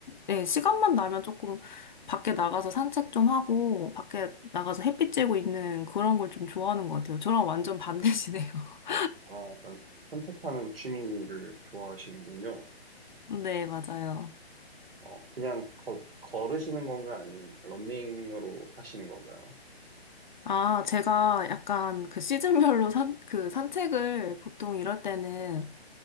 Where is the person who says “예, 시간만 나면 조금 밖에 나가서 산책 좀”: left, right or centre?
Left